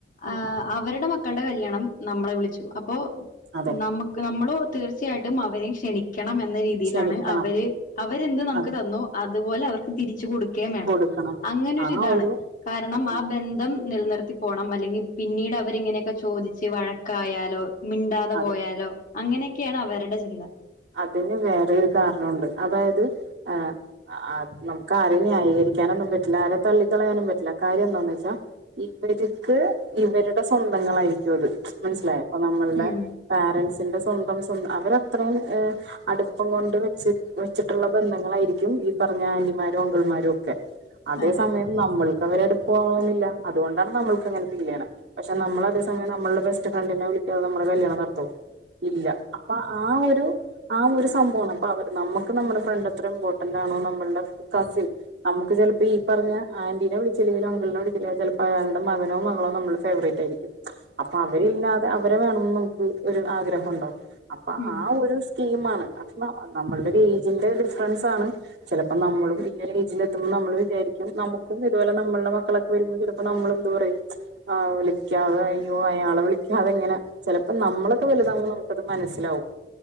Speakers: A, on the left; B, on the right.
A: ആ
B: ഉം
A: അവരുടെ മക്കളുടെ കല്യാണം നമ്മളെ വിളിച്ചു അപ്പോ
B: അതെ
A: നമക്ക് നമ്മളോ തീർച്ചയായിട്ടും ട്ടും അവരെയും ക്ഷണിക്കും ണം എന്ന രീതിയിലാണ്
B: ക്ഷമിക്കണം
A: അവര് അവരെന്ത് നമുക്ക്
B: അതെ
A: തന്നോ അതുപോലെ അവർക്ക് തിരിച്ച കൊടു ക്കേം വേണം
B: കൊടുക്കണം
A: അങ്ങനെ
B: ആ
A: താണ്
B: ഒരു
A: കാരണം
B: അത്
A: ആ ബന്ധം നിലനിർത്തി പോണം അല്ലെങ്കിൽ പിന്നീട് അവരിങ്ങനെയൊക്കെ ചോദിച്ച് വഴക്കായാലോ മിണ്ടാതെ
B: അതെ
A: പോയാലോ അങ്ങനെയൊക്കെയാണ് അവര്ടെ ചിന്ത
B: അതിന് വേറെരു കാരണുണ്ട് അതായത് ആ നമക്ക് ആരെ ന്യായീകരിക്കാനൊന്നും പറ്റില്ല ആരെ തള്ളിക്കളയാനും പറ്റില്ല കാര്യം എന്താന്ന് വെച്ചാൽ ഇവർക്ക് ഇവരുടെ സ്വന്തങ്ങളായി ത് മനസ്സിലായ ഇപ്പൊ നമ്മളുടെ
A: ഉം
B: പാരൻറ്സ് ത്തിന്റെ സ്വന്തം സൊ അവരത്രയും ഹ് അടുപ്പം കൊണ്ട് വെച്ച വെച്ചിട്ടുള്ള ബന്ധങ്ങളായിരിക്കും ഈ പറഞ്ഞ ആന്റിമാരും അംഗിൾമാരും ഒക്കെ അതേ
A: അതെ
B: സമയം നമ്മൾ അവരെ അടുപ്പ ആവണമെന്നില്ല അതുകൊണ്ടാണ് നമ്മൾക്ക്ങ്ങനെ കല്യാണം പക്ഷെ നമ്മള അതേ സമയം നമ്മുടെ ബെസ് ഫ്രണ്ടിനെ വിളിക്കാതെ നമ്മുടെ കല്യാണം നടത്തോ ഇല്ല അപ്പൊ ആ ഒരു ആ ഒരു സംഭവണ് അപ്പൊ അവര് നമ്മുക്ക് നമ്മുടെ ഫ്രണ്ട് എത്ര ഇമ്പോർട്ടന്റ് ആണോ നമ്മൾടെ കസിൽ നമക്ക് ചില അപ്പൊ ഈ പറഞ്ഞ ആന്റീനെ വിളിച്ചില്ലെങ്കിലും അങ്കിളിനെ വിളിച്ചില്ലെങ്കിൽ ചിലപ്പോ അയാളുടെ മകനോ മകളോ നമ്മള് ഫേവറേറ്റ് ആയിരിക്കും അപ്പൊ അവരില്ലാതെ അവരെ വേണംന്ന് നമുക്ക് ഒരു ആഗ്രഹം ഉണ്ടാവും അപ്പൊ
A: ഉം
B: ആ ഒരു സീമാണ് അത് നമ്മളുടെ ഒരു ഏജിന്റെ ഡിഫറൻസ് ആണ് ചിലപ്പോ നമ്മളും ഈ ഒരു ഏജിൽ എത്തുമ്പൾ നമ്മൾ വിചാരിക്കും നമുക്കും ഇതുപോലെ നമ്മളുടെ മക്കളൊക്കെ വരുമ്പോൾ ചിലപ്പോ നമ്മൾ എന്ത് പറയും വിളിക്കാതെ അയ്യോ അയാളെ വിളിക്കാതെ എങ്ങനെ ചിലപ്പോ നമ്മളൊക്കെ വലുതാവകുമ്പോ നമുക്കത് മനസ്സിലാവും